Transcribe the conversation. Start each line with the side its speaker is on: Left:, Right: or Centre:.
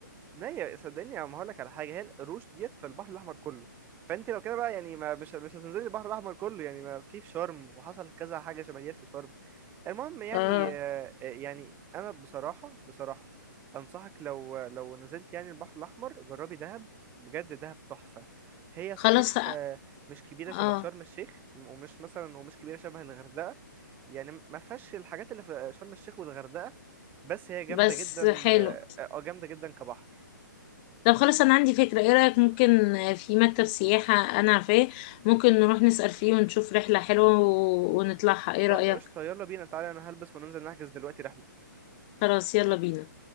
Right: ما هي صدقني ما هقول لك على حاجه هي القروش ديت في البحر الاحمر كله فانت لو كده بقى يعني ما مش مش هتنزلي البحر الاحمر كله يعني ما في في شرم وحصل كذا حاجه شبه ديت في شرم المهم
Left: <laughs>
Right: يعني
Left: اه
Right: آه، آه، يعني انا بصراحه بصراحه انصحك لو لو نزلت يعني البحر الاحمر جربي دهب بجد دهب تحفه هي
Left: خلاص
Right: صحيح آه، مش كبيره شبه
Left: اه
Right: شرم الشيخ ومش مثلا ومش كبيره شبه الغردقه يعني ما فيهاش الحاجات اللي في شرم الشيخ والغردقه بس هي جامده
Left: بس
Right: جدا
Left: حلو
Right: اه آه، جامده جدا كبحر
Left: طب خلاص انا عندي فكرة ايه رأيك ممكن في مكتب سياحة انا عارفاه ممكن نروح نسأل فيه ونشوف رحلة حلوة و- ونطلعها ايه
Right: طب
Left: رأيك
Right: قشطة يلا بينا تعالى انا هلبس وننزل نحجز دلوقتي رحلة
Left: خلاص يلا بينا